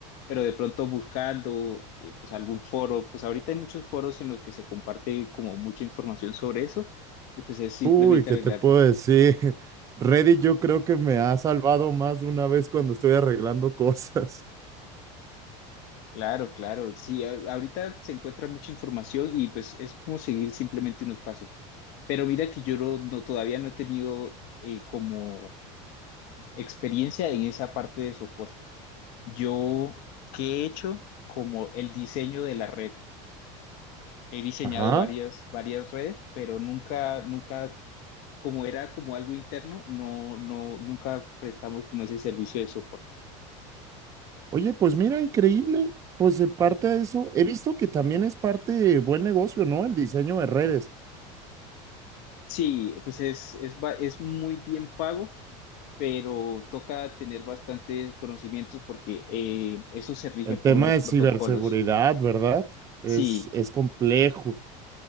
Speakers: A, on the left; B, on the right.
A: Pero de pronto buscando eh, pues algún foro, pues ahorita hay muchos foros en los que se comparte como mucha información sobre eso y pues es simplemente
B: Uy, ¿qué
A: arreglarlo.
B: te puedo decir? <laughs> Reddit yo creo que me ha salvado más de una vez cuando estoy arreglando <laughs> cosas.
A: Claro, claro, sí, a- ahorita se encuentra mucha información y pues es como seguir simplemente unos pasos. Pero mira que yo no, no- todavía no he tenido eh, como experiencia en esa parte de soporte. Yo, ¿qué he hecho? Como el diseño de la red. He diseñado
B: Ajá.
A: varias, varias redes, pero nunca, nunca, como era como algo interno, no, no, nunca prestamos como ese servicio de soporte.
B: Oye, pues mira, increíble. Pues en parte de eso, he visto que también es parte de buen negocio, ¿no? El diseño de redes.
A: Sí, pues es, es, ba- es muy bien pago, pero toca tener bastantes conocimientos porque eh, eso se rige
B: El
A: por
B: tema
A: unos
B: de
A: protocolos.
B: ciberseguridad, ¿verdad? Es,
A: Sí,
B: es complejo.